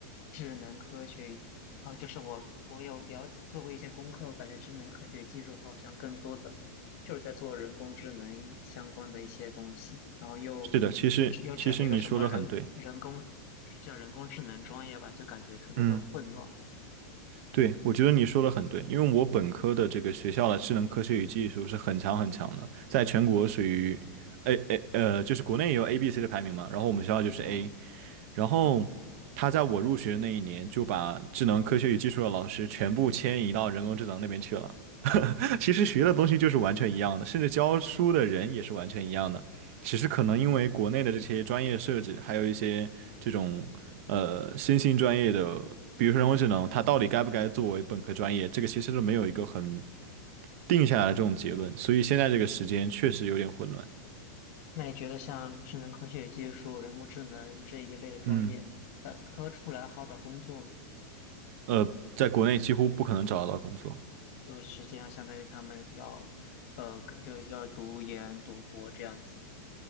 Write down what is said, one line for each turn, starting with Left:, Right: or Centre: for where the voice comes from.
Left: 智能科学与，哦，就是我我有了做过一些功课，我感觉智能科学技术好像更多的就是在做人工智能相关的一些东西，然后又又整又整了一个什么人人工叫人工智能专业吧，
Right: 是的，其实其实你说的很对，
Left: 就感觉特别的混乱。
Right: 嗯。对，我觉得你说的很对，因为我本科的这个学校的智能科学与技术是很强很强的，在全国属于
Left: 嗯
Right: A A 呃，就是国内也有 A、B、C 的排名嘛，然后我们学校就是
Left: 嗯
Right: A，然后
Left: 嗯，
Right: 他在我入学的那一年就把智能科学与技术的老师全部迁移到人工智能那边去了，其实学的东西就是完全一样的，甚至教书的人也是完全一样的。只是可能因为国内的这些专业设置，还有一些这种呃新兴专业的，比如说人工智能，它到底该不该作为本科专业，这个其实都没有一个很定下来的这种结论。所以现在这个时间确实有点混乱。
Left: 那你觉得像智能科学技术、人工智能这一类的专业，
Right: 嗯，
Left: 本科出来好找工作吗？
Right: 呃，在国内几乎不可能找得到工作，
Left: 就实际上相当于他们要，呃，就要读研、读博这样子。